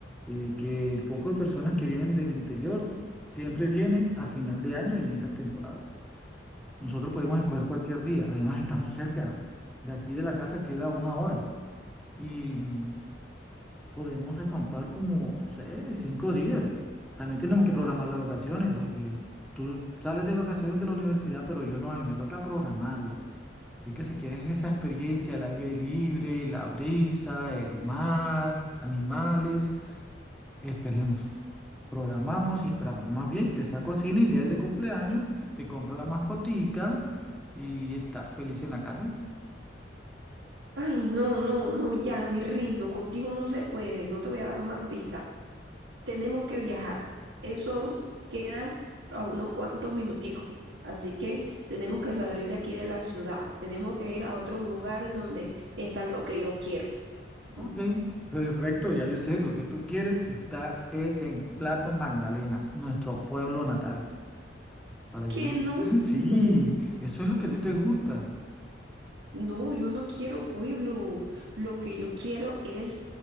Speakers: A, in the centre; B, on the right (about 90°).
A: eh, que el poco de personas que vienen del interior siempre vienen a final de año y en esas temporadas. Nosotros podemos escoger cualquier día, además estamos cerca, de aquí de la casa queda una hora y mm, podemos acampar como, no sé, cinco días. También tenemos que programar las vacaciones porque tú sales de vacaciones de la universidad, pero yo no, a mí me toca programarlo. Así que si quieres esa experiencia, el aire libre, la brisa, el mar, animales, esperemos. Programamos y esperamos. Más bien, te saco a cine el día de cumpleaños, te compro la mascotica y estás feliz en la casa.
B: Ay, no, no, no, ya me rindo. Contigo no se puede. No te voy a dar más pistas. Tenemos que viajar. Eso queda a unos cuantos minuticos. Así que tenemos que salir de aquí de la ciudad. Tenemos que ir a otro lugar en donde está lo que yo quiero. Mm,
A: Ok, perfecto, ya yo sé, lo que tú quieres está es en Plato Magdalena, nuestro pueblo natal, para
B: ¿Que
A: allá.
B: no?
A: <laughs> Sí,
B: No.
A: eso es lo que a ti te gusta.
B: No, yo no quiero pueblo. Lo que yo quiero es